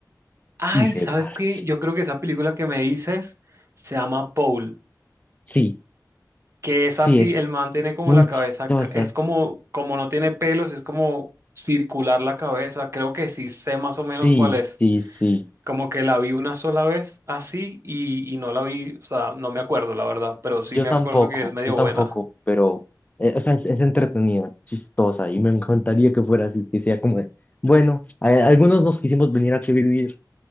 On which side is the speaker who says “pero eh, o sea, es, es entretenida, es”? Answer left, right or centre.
Left